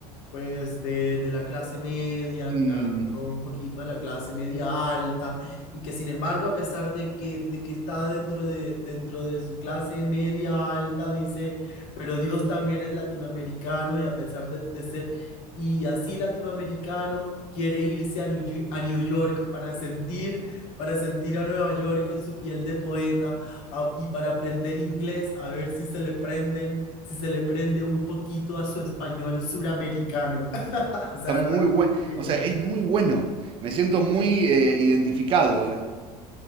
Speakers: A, on the left (about 55°); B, on the right (about 25°).
A: pues de, de la clase media,
B: Mm,
A: tirando un poquito a la clase media alta, y que sin embargo, a pesar de que, de que está dentro de, dentro de su clase media alta, dice, pero Dios también es latinoamericano y a pesar de, de ser y así latinoamericano, quiere irse a New, Yo- a New York para sentir, para sentir a Nueva York en su piel de poeta a- y para aprender inglés, a ver si se le prenden, si se le prende un poquito a su español suramericano. <laughs> O sea,
B: está muy
A: me parece
B: bueno,
A: divino.
B: o sea, es muy bueno, me siento muy eh, identificado, ¿eh?